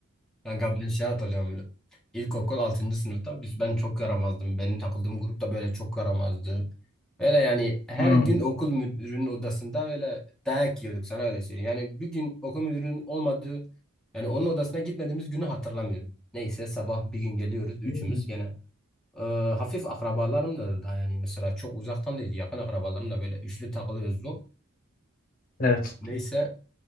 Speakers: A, in the centre; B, on the left.
A: Kanka ben şey hatırlıyorum. İlkokul altıncı sınıfta biz ben çok yaramazdım. Benim takıldığım grupta böyle çok yaramazdı. Böyle yani her
B: <laughs>
A: gün okul müdürünün odasında böyle dayak yiyorduk sana öyle söyleyeyim. Yani bir gün okul müdürünün olmadığı yani onun odasına gitmediğimiz günü hatırlamıyorum. Neyse sabah bir gün geliyoruz üçümüz
B: Hmm.
A: gene. Ee, hafif akrabalarım da, da yani mesela çok uzaktan değil yakın akrabalarım da böyle üçlü takılıyoruz.
B: Evet.
A: Neyse